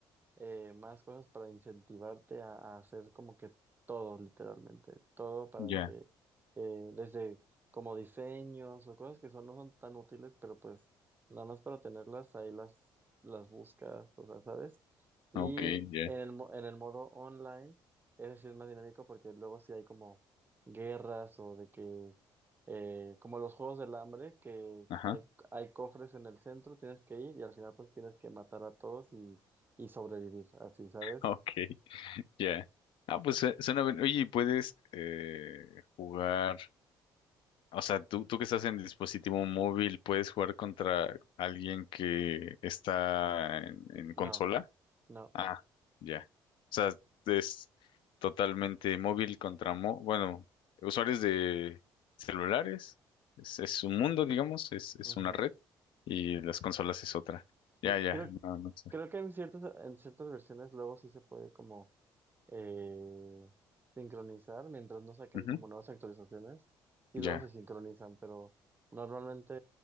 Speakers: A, on the right; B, on the left.
A: eh, más cosas para incentivarte a, a hacer como que todo, literalmente, todo para
B: Ya.
A: que eh, desde como diseños o cosas que son, no son tan útiles, pero pues nada más para tenerlas ahí las, las buscas, o sea, ¿sabes? Y
B: Ok, ya.
A: en el, mo- en el modo online, ese sí es más dinámico porque luego sí hay como guerras o de que... eh, como los juegos del hambre, que
B: Ajá.
A: hay,
B: <laughs>
A: hay cofres en el centro, tienes que ir y al final pues tienes que matar a todos y y sobrevivir, así, ¿sabes?
B: Ok, ya. Ah, pues su- suena bien. Oye, ¿y ¿puedes eh, jugar? O sea, tú, tú que estás en dispositivo móvil, ¿puedes jugar contra alguien que está en, en
A: No,
B: consola?
A: no.
B: Ah, ya. O sea, es totalmente móvil contra mo- bueno, usuarios de celulares. Es, es un mundo, digamos, es, es
A: ujú.
B: una red y las consolas es otra. Ya,
A: Sí,
B: ya.
A: creo,
B: No, no sé.
A: creo que en ciertas, en ciertas versiones luego sí se puede como eh, sincronizar, mientras no saquen
B: Ujú,
A: como nuevas actualizaciones, y
B: ya.
A: luego se sincronizan, pero normalmente